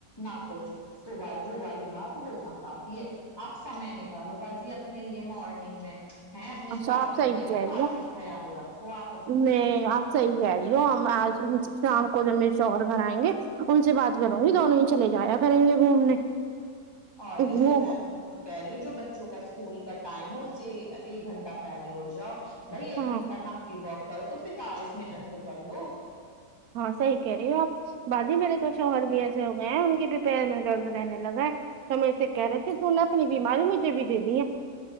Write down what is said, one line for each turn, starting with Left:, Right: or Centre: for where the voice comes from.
Left: نہ کچھ تو وہ والی بات ہو نہ پاتی ہے اب سے میں نے کالو بازی اپنے لیے مارننگ میں ہیں اپنے سواستھ
Right: اچھا آپ صحیح
Left: کا دیکھو
Right: کہہ
Left: خاش
Right: رہی
Left: ہو خیال رکھو آپ
Right: میں آپ صحیح کہہ رہی ہ ہو ہم آج شام کو جب میرے شوہر گھر آئیں گے ان سے بات کروں گی دونوں ہی چلے جایا کریں گے گھومنے
Left: اور کیا
Right: وہ
Left: صبح میں کہے رہی جو بچوں کا اسکول کا ٹائم ہو اس سے ایک گھنٹہ پہلے اٹھاجاؤ بھائی ایک
Right: ہاں
Left: گھنٹہ مآرننگ والک کرو تو پینتالیس منٹ تو کر لو
Right: ہاں صحیح کہہ رہی ہو آپ باجی میرے تو شوہر بھی ایسے ہو گئے ہیں ان کی بھی پیر میں درد رہنے لگا ہے توہم انسے کہہ رہے تھے کیونہ اپنی بیماری مجھے بھی دے دی ہے